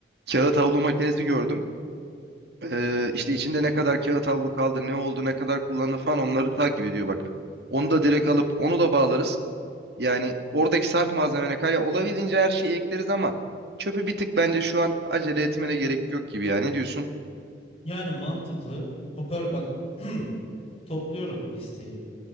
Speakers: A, on the right; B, on the left.
A: Kağıt havlu makinesi gördüm. Ee, işte içinde ne kadar kağıt havlu kaldı, ne oldu, ne kadar kullandı falan onları takip ediyor bak. Onu da direkt alıp onu da bağlarız. Yani oradaki sarf malzemene kaya olabildiğince her şeyi ekleriz ama çöpü bir tık bence şu an acele etmene gerek yok gibi ya. Ne diyorsun?
B: Yani mantıklı. Hoparlör bak <clears throat> topluyorum listeyi.